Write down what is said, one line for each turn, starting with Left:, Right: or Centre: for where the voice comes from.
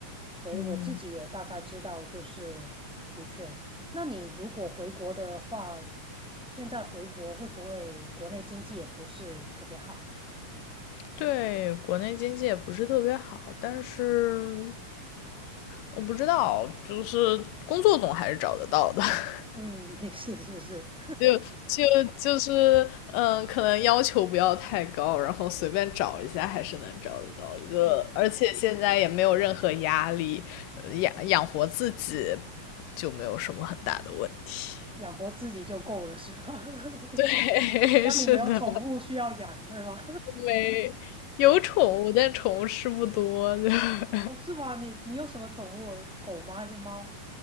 Centre: 所以我自己也大概知道，
Left: 嗯
Centre: 就是的确。那你如果回国的话，现在回国会不会国内经济也不是特别好啊？
Left: 对，国内经济也不是特别好，但是我不知道，就是工作总还是找得到的，<laughs>
Centre: 嗯，<laughs> 是是是
Left: 就就就是嗯，可能要求不要太高，然后随便找一下还是能找得到的，就而且现在也没有任何压力，
Centre: <laughs> 是，
Left: 呃养养活自己就没有什么很大的问题。
Centre: 养活自己就够了，是吧？<laughs>
Left: 对，
Centre: 家里没有宠物需要养，
Left: <laughs> 是的，
Centre: 对吗？
Left: 没有宠物，但宠物是不多，的。<laughs>
Centre: <laughs> 哦，是吗？你你有什么宠物？狗吗？还是猫？